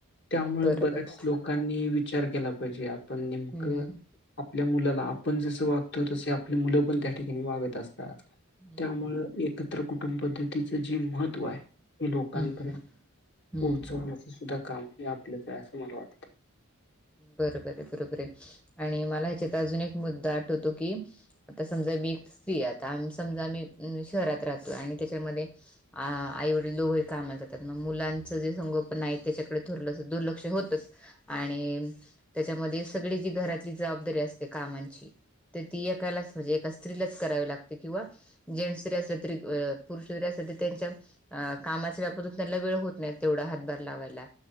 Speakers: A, on the left; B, in the centre.
A: त्यामुळे
B: बरोबर.
A: बऱ्याच लोकांनी विचार केला पाहिजे आपण नेमकं
B: हं,
A: आपल्या मुलाला, आपण जसं वागतो तस आपली मुलं पण त्या ठिकाणी वागत असतात
B: हं,
A: त्यामुळ एकत्र कुटुंब पद्धतीचं जे महत्त्व हाय हे लोकांपर्यंत
B: हं, हं, हं.
A: पोहोचवण्याच सुद्धा काम हे आपलंच हाय असं मला वाटत.
B: बरोबर ये बरोबर ये आणि मला ह्याच्यात अजून एक मुद्दा आठवतो की आता समजा मी एक स्त्री ये आता, आम समजा मी शहरात राहतो, आणि त्याच्यामध्ये आ आईवडील दोघंही कामाला जातात, मग मुलांचं जे संगोपन आहे त्याच्याकडे थोडंस दुर्लक्ष होतच आणि त्याच्यामध्ये सगळी जी घरातली जबाबदारी असते कामांची तर ती एकालाच म्हणजे एका स्त्रीलाच करावी लागते किंवा जेंट्स जरी असल तरी, पुरुष जरी असलं तरी तेंच्या अं कामाच्या व्यापातून त्यानला वेळ होत नाही तेवढा हात भार लावायला,